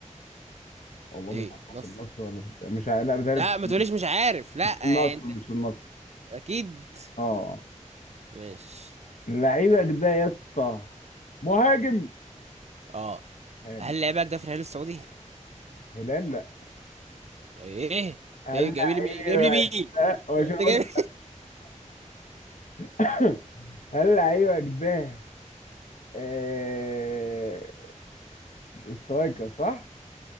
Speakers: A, on the left; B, on the right.
A: والله
B: ايه
A: مش عارف
B: النصر
A: في النصر ولا في... مش ع- لا بتهيألي
B: لا ما
A: مش
B: تقوليش مش عارف لا
A: مش في النصر
B: آه، انت
A: مش في النصر
B: اكيد
A: اه
B: ماشي
A: لعيبك ده يا اسطى مهاجم
B: اه
A: حلو
B: هل لعيبك ده في الهلال السعودي
A: هلال لا
B: ايه انت
A: هل
B: إيه جايب لي مين جايب
A: لعيبك
B: لي مين
A: ده مش
B: انت
A: هقول
B: جايب
A: لك <laughs> هل لعيبك ده آه... سترايكر صح؟